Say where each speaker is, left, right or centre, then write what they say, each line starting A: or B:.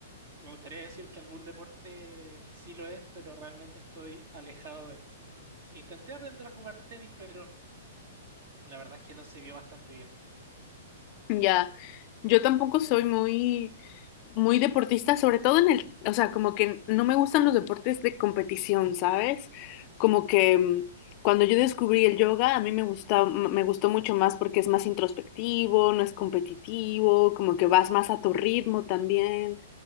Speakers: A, on the right (about 60°); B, on the left (about 35°).
A: Me gustaría decir que algún deporte sí lo es, pero realmente estoy alejado de. Intenté aprender a jugar tenis, pero la verdad es que no se dio bastante bien.
B: Ya, yo tampoco soy muy, muy deportista, sobre todo en el, o sea, como que no me gustan los deportes de competición, ¿sabes? Como que mm, cuando yo descubrí el yoga, a mí me gusta, me gustó mucho más porque es más introspectivo, no es competitivo, como que vas más a tu ritmo también.